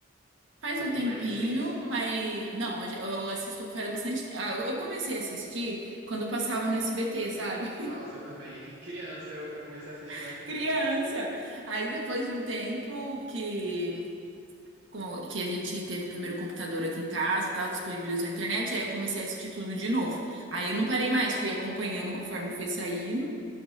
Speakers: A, on the right; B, on the right.
A: Faz
B: Ou
A: um tempinho,
B: foi recente?
A: mas. Não, eu já- eu assisto faz bastante. ah, Eu eu comecei a assistir quando passava no SBT, sabe?
B: Nossa, eu também. <laughs> Criança, eu, eu comecei a assistir
A: <laughs>
B: no SBT.
A: Criança! Aí depois de um tempo que. com- que a gente teve o primeiro computador aqui em casa e tal, disponibilizou a internet, aí eu comecei a assistir tudo de novo. Aí eu não parei mais, fui acompanhando conforme foi saindo.